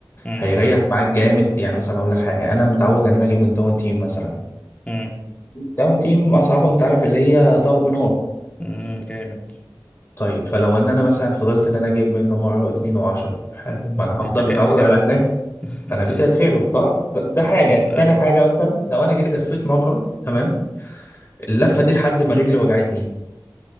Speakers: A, on the left; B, on the left.
A: مم.
B: هيريح معاك جامد يعني مثلا اقول لك حاجه انا متعود ان انا اجيب من تاون تيم مثلا
A: مم.
B: داون تيم اسعاره انت عارف اللي هي ضرب نار
A: مم. جامد
B: طيب فلو ان انا مثلا فضلت ان انا اجيب منه مره واتنين وعشرة حلو
A: مم.
B: ما انا
A: بيتك
B: هفضل متعود
A: اتخرب
B: على هناك
A: <laughs>
B: انا بيتي هيتخرب بقى ده, ده حاجه
A: للأسف
B: تاني حاجه مثلا لو انا جيت لفيت مره تمام اللفه دي لحد ما رجلي وجعتني